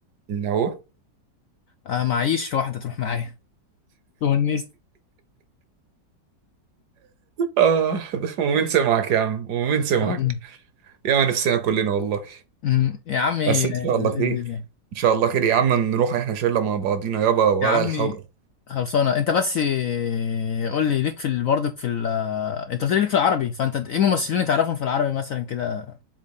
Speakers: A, on the right (about 65°); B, on the left (about 70°).
A: اللي هو
B: آه معيش واحده تروح معايا تونس
A: آه ده ومين سمعك يا عم ومين سمعك
B: أمم،
A: يا ما نفسنا كلنا والله
B: أمم. يا عمي
A: بس
B: آه،
A: إن شاء الله
B: باذن
A: خير
B: الله
A: إن شاء الله خير يا عم نروح إحنا شلة مع بعضينا يابا ولا
B: يا عمي
A: الحوجة
B: خلصانه انت بس آه، قول لي ليك في ال- برضك في ال... آه، انت قلت لي ليك في العربي فانت ايه ممثلين تعرفهم في العربي مثلا كده